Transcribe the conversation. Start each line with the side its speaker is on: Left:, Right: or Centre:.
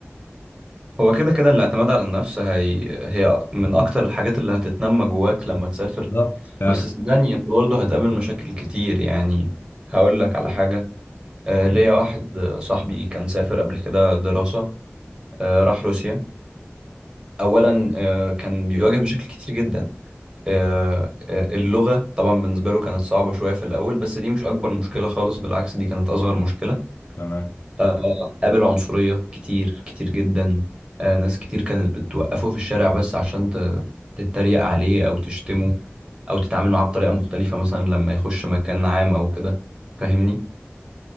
Right: هو كده كده الاعتماد على النفس هي هي من أكتر الحاجات اللي هتتنمى جواك لما تسافر
Left: بالظبط فعلا
Right: بس صدقني أنت برضه هتقابل مشاكل كتير يعني هقول لك على حاجة أه ليا واحد آه، صاحبي كان سافر قبل كده دراسة أه راح روسيا أولا أه كان بيواجه مشاكل كتير جدا أه آه، اللغة طبعا بالنسبة له كانت صعبة شوية في الأول بس دي مش أكبر مشكلة خالص بالعكس دي كانت أصغر مشكلة
Left: تمام
Right: آه، قابل عنصرية كتير كتير جدا آه، ناس كتير كانت بتوقفه في الشارع بس عشان ت- تتريق عليه أو تشتمه أو تتعامل معاه بطريقة مختلفة مثلا لما يخش مكان عام أو كده فاهمني